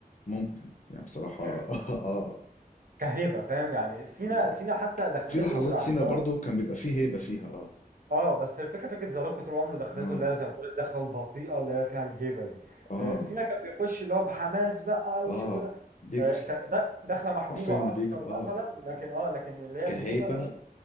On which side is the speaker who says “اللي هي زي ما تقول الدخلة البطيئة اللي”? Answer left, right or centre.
Right